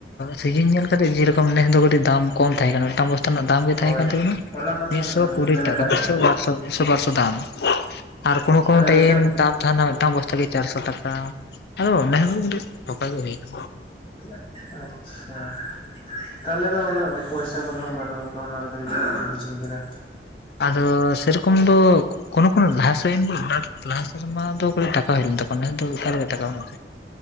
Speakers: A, on the left; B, on the left.
A: ᱥᱤᱡᱤᱱ ᱧᱮᱞ ᱠᱟᱛᱮ ᱡᱮᱨᱚᱠᱚᱢ ᱱᱮᱥ ᱫᱚ ᱠᱟᱹᱴᱤᱡ ᱫᱟᱢ ᱠᱚᱢ ᱛᱟᱦᱮᱸ ᱠᱟᱱᱟ ᱢᱤᱫᱴᱟᱝ <inaudible> ᱚᱱᱟᱜ ᱫᱟᱢ ᱜᱮ ᱛᱟᱦᱮᱸ
B: ᱦᱳᱭ
A: ᱠᱟᱱ ᱛᱟᱠᱤᱱᱟ
B: ᱚᱱᱟ ᱢᱟᱞᱤᱧ
A: ᱢᱤᱫᱥᱚ ᱠᱩᱲᱤ
B: ᱧᱮᱞ
A: ᱴᱟᱠᱟ
B: ᱟᱠᱟᱫ
A: ᱢᱤᱫᱥᱚ
B: ᱜᱮ
A: ᱵᱟᱨᱥᱚ <unintelligible> ᱯᱟᱨᱥᱚ ᱫᱟᱢ ᱟᱨ ᱠᱚᱱᱳ ᱠᱳᱱᱳ
B: ᱢᱟᱱᱮ
A: ᱴᱟᱭᱤᱢ
B: ᱢᱤᱫᱴᱟᱝ
A: ᱫᱟᱢ ᱡᱟᱦᱱᱟᱜ ᱢᱤᱫᱴᱟᱝ ᱵᱚᱥᱛᱟ ᱜᱮ ᱪᱟᱨᱥᱚ ᱴᱟᱠᱟ ᱟᱫᱚ ᱱᱮᱦᱨᱩ ᱢᱤᱴᱤᱡ <unintelligible> ᱜᱮ ᱦᱩᱭᱮᱱᱟ
B: <unintelligible> <unintelligible> ᱛᱟᱦᱚᱞᱮ ᱫᱚ ᱩᱱᱟᱹᱜ ᱯᱚᱭᱥᱟ ᱠᱚᱫᱚ ᱱᱟᱸᱜ ᱵᱟᱹᱱᱩᱜ ᱟᱠᱹᱣᱱᱟ ᱠᱟᱴᱤᱡ ᱵᱩᱡᱷᱟᱹᱣ ᱠᱮᱫᱟ
A: ᱟᱹᱫᱚ ᱥᱮᱨᱚᱠᱚᱢ ᱫᱚ ᱠᱳᱱᱳ ᱠᱚᱱᱳ ᱞᱟᱦᱟᱥᱮᱱᱭ ᱜᱮ ᱞᱟᱦᱟ ᱥᱮᱨᱢᱟ ᱫᱚ ᱠᱟᱹᱴᱤᱡ ᱴᱟᱠᱟ ᱦᱩᱭ ᱞᱮᱱ ᱛᱟᱠᱚᱣᱟ ᱱᱮᱥ ᱫᱚ ᱮᱠᱟᱞ ᱜᱮ ᱴᱟᱠᱟ ᱵᱟᱹᱱᱩᱜ